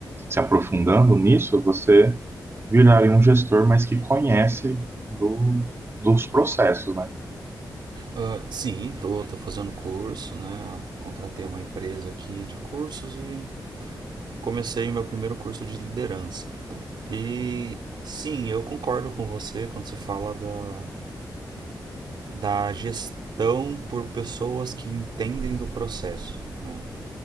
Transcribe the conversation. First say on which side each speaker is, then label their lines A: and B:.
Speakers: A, on the right (about 35°); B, on the right (about 80°).
A: se aprofundando nisso, você viraria um gestor, mas que conhece do, dos processos, né?
B: Ah, sim, tô, tô fazendo curso, né? Contratei uma empresa aqui de cursos e comecei meu primeiro curso de liderança. E sim, eu concordo com você quando você fala da, da gestão por pessoas que entendem do processo, né?